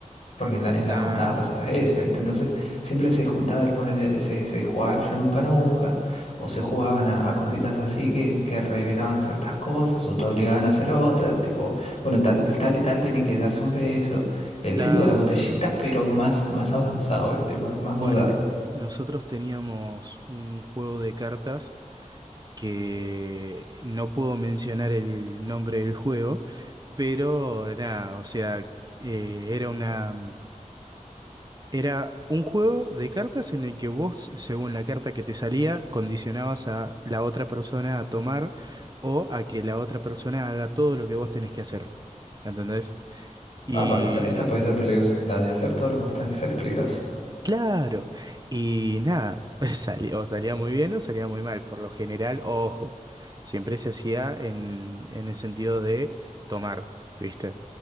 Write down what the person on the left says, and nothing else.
Porque en la, en
las juntadas pasaba eso, ¿viste? Entonces siempre se juntaba el poner, se, se jugaba el yo nunca nunca, o se jugaban a, a cositas así que, que revelaban ciertas cosas, o te obligaban a hacer otras, tipo, bueno, tal, el tal y tal tienen que darse un beso, el
típico de la botellita, pero más, más avanzado, ¿viste? Má- más
moderno.
Ah, pa, esa, esa puede ser peligrosa, la de hacer todo lo que vos tenés que hacer es peligrosa,